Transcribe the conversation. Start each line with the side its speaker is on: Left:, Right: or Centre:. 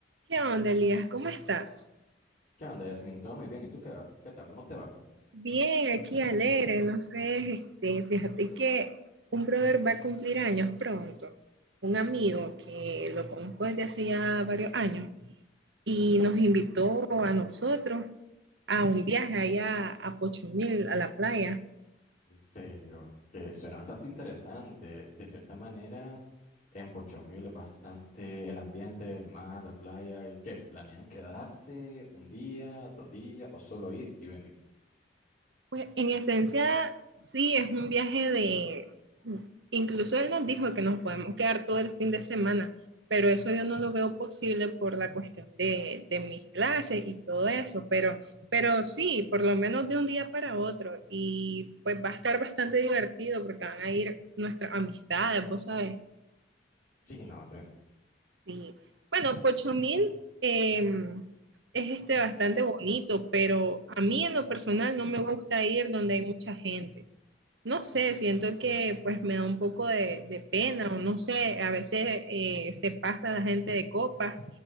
Right: ¿Qué onda, Elías? ¿Cómo estás?
Left: ¿Qué onda, Yasmin? Todo muy bien. ¿Y tú qué va? ¿Qué tal? ¿Cómo te va?
Right: Bien, aquí alegre, no fregues, este, fíjate que un brother va a cumplir años pronto, un amigo que lo conozco desde hace ya varios años y nos invitó a nosotros a un viaje allá a Pochomil, a la playa.
Left: En serio, que suena bastante interesante. De cierta manera, en Pochomil es bastante el ambiente, el mar, la playa, y que planean quedarse un día, dos días, o solo ir y venir.
Right: Pues en esencia, sí, es un viaje de... Incluso él nos dijo que nos podemos quedar todo el fin de semana, pero eso yo no lo veo posible por la cuestión de, de mis clases y todo eso, pero, pero sí, por lo menos de un día para otro. Y pues va a estar bastante divertido porque van a ir nuestras amistades, vos sabes.
Left: Sí, no, te-
Right: Sí. Bueno, Pochomil eh, es este bastante bonito, pero a mí en lo personal no me gusta ir donde hay mucha gente. No sé, siento que pues me da un poco de, de pena o no sé, a veces eh, se pasa la gente de copas